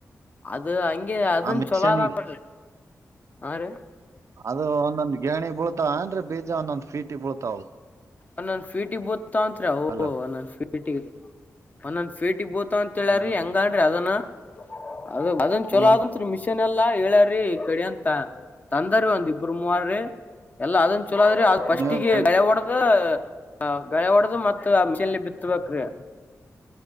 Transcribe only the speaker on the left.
ಅದು ಹಂಗೆ ಅದನ್
ಚೊಲೋದಂತಿ ಹ್ ರಿ.
ಒಂದೊಂದ ಫೀಟಿಗ ಬೀಳ್ತಾವ ಅತ್ತ್ರ ಅವು
ಒಂದೊಂದ ಫೀಟಿಗರಿ ಒನ್ ಫೀಟಿಗ ಅಂತ ಹೇಳ್ರರಿ
ಹೆಂಗನ್ರಿ ಅದನ್ನ ಅದು ಅದನ್ ಚಲೋ
ಆದಂತ್ ಮಿಷನ್ಲ್ಲ ಲ್ಲ ಹೇಳಾರ್ರಿ ಈ ಕಡ ಅಂತ ತಂದರೀ ಒಂದ್ ಇಬರು ಮೂವಿ ಎಲ್ಲ ಅದಂ ಚಲ್ರೆ ಅ್ಫಸ್ಟ್ಿಗೆಳ
ಳೆ ಹೊಡೆದು ಮತ್ತ ಆ ಮಿಷನ್ಲಿ ಬಿತ್ಬೇಕ್ರಿ